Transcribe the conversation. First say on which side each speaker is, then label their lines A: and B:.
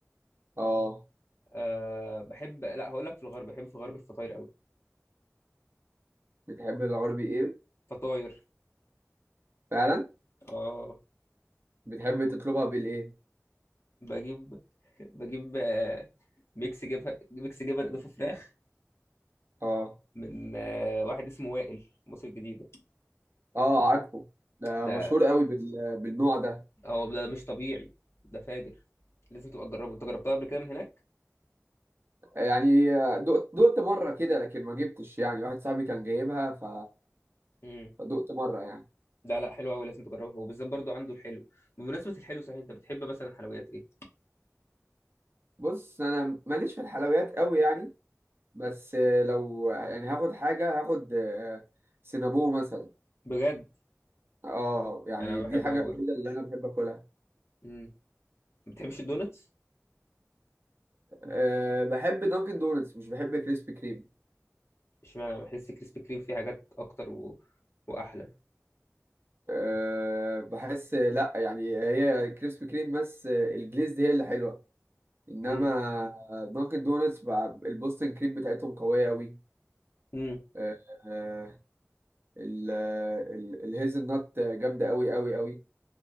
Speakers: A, on the right; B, on the left.
A: اه
B: آه بحب لا هقول لك في الغرب بحب في الغرب الفطاير قوي
A: بتحب الغربي ايه
B: فطاير
A: فعلا
B: اه
A: بتحب تطلبها بالايه
B: بجيب <laughs> بجيب آه، ميكس جبن ميكس جبن اضافه فراخ
A: اه
B: من آه، واحد اسمه وائل مصر الجديده
A: اه عارفه ده
B: ده
A: مشهور قوي بال... بالنوع ده
B: هو ده مش طبيعي ده فاجر لازم تبقى تجربه انت جربتها قبل كده من هناك
A: يعني دقت دقت مره كده لكن ما جبتش يعني واحد صاحبي كان جايبها ف
B: امم
A: فدقت مره يعني
B: لا لا حلو قوي لازم تجربه هو بالذات برضو عنده الحلو بمناسبه الحلو صحيح انت بتحب مثلا حلويات ايه
A: بص انا ماليش في الحلويات قوي يعني بس لو يعني هاخد حاجة هاخد آه، سينابو مثلا
B: بجد
A: اه يعني
B: انا بحب
A: دي حاجة
B: قوي برضه
A: الوحيدة اللي أنا بحب آكلها
B: امم ما بتحبش الدونتس
A: أه بحب دانكن دونتس مش بحب كريسبي كريم
B: اشمعنى بحس كريسبي كريم فيه حاجات اكتر و... واحلى
A: أه بحس لأ يعني هي كريسبي كريم بس الجليز هي اللي حلوة إنما
B: امم
A: دانكن دونتس بقى البوستن كريم بتاعتهم قوية أوي
B: امم
A: أه آه، ال ال- الهيزل نوت جامدة أوي أوي أوي